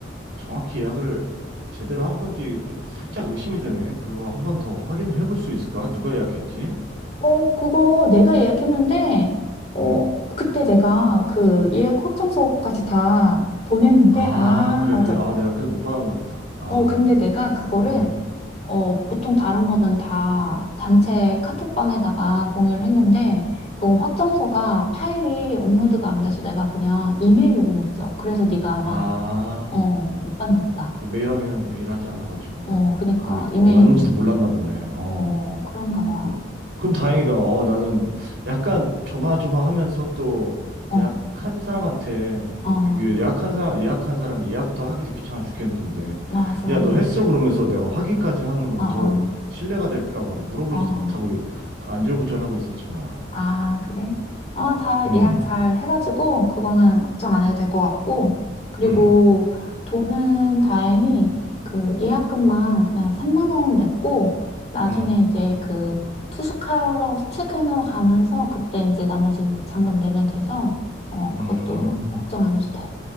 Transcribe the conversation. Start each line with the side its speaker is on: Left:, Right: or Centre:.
Right: 정확히 예약을 제대로 한 건지 좀 살짝 의심이 되네. 그거 한번 더 확인을 해볼 수 있을까? 누가 예약했지?
Left: 어, 그거 내가 예약했는데 어,
Right: 음.
Left: 그때 내가 그 예약 확정서까지 다 보냈는데
Right: 아,
Left: 아,
Right: 그래,
Left: 맞아.
Right: 그래. 아, 내가 그래서 못 받았나 보다. 아,
Left: 어, 근데 내가 그거를
Right: 음,
Left: 어, 보통 다른 거는 다 단체 카톡방에다가 공유를 했는데, 그건 확정서가 파일이 업로드가 안 돼서 내가 그냥 이메일로 보냈어. 그래서 네가 아마,
Right: 아.
Left: 어, 못 봤나 보다.
Right: 메일 확인을 매일 하지 않아가지고,
Left: 어, 그니까,
Right: 그,
Left: 이메일,
Right: 왔는지도 몰랐나 보네. 어.
Left: 어, 그런가 봐.
Right: 음, 그럼 그럼 다행이다. 어, 나는 약간 조마조마하면서 또
Left: 어,
Right: 예약한 사람한테
Left: 어,
Right: 이게 예약한 사람 예약한 사람이 예약도 하기도 귀찮아 죽겠는데
Left: 맞아.
Right: 야, 너 했어? 그러면서 내가 확인까지 하는 건
Left: 어, 어,
Right: 더 신뢰가 될까 봐 물어보지도
Left: 어.
Right: 못하고 안절부절하고 있었지 뭐야.
Left: 아, 그래? 어, 다
Right: 음.
Left: 예약 잘 해가지고, 그거는 걱정 안 해도 될 것 같고, 그리고
Right: 음.
Left: 돈은 다행히 그 예약금만 그냥 3만 원 냈고, 나중에
Right: 음.
Left: 이제 그 투숙하러, 체크인하러 가면서, 그때 이제 나머지 잔금 내면 돼서, 어, 그것도
Right: 음.
Left: 걱정 안 해도 돼.